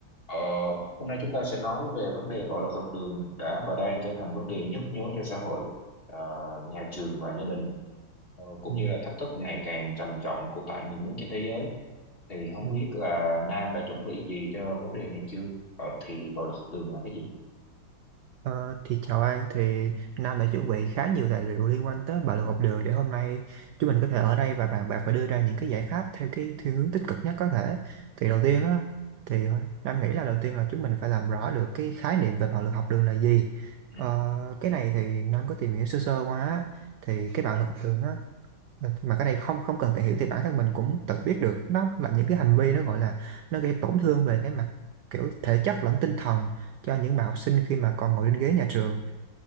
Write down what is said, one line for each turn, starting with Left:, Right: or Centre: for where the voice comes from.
Left: Ờ, hôm nay chúng ta sẽ nói về vấn đề bạo lực học đường đã và đang trở thành vấn đề nhức nhối cho xã hội, ờ, nhà trường và gia đình, ờ, cũng
Right: Ừ,
Left: như là thách thức ngày càng trầm trọng của tại nhiều nước trên thế giới. Thì không
Right: ừ.
Left: biết là Nam đã chuẩn bị gì cho vấn đề này chưa? Bảo thì bạo lực học đường là cái gì?
Right: Ờ, thì chào An thì Nam đã chuẩn bị khá nhiều tài liệu liên quan tới bạo lực học đường để hôm nay chúng mình có thể ở đây và bàn bạc và đưa ra những cái giải pháp theo cái thiên hướng tích cực nhất có thể thì đầu tiên á thì Nam nghĩ là đầu tiên là chúng mình phải làm rõ được cái khái niệm về bạo lực học đường là gì
Left: Ừ,
Right: Ờ, cái này thì Nam có tìm hiểu sơ sơ qua á. thì cái bạo lực học đường á Mà mà cái này không không cần tìm hiểu thì bản thân mình cũng tự biết được nó là những cái hành vi nó gọi là nó gây tổn thương về cái mặt kiểu thể chất lẫn tinh thần cho những bạn học sinh khi mà còn ngồi trên ghế nhà trường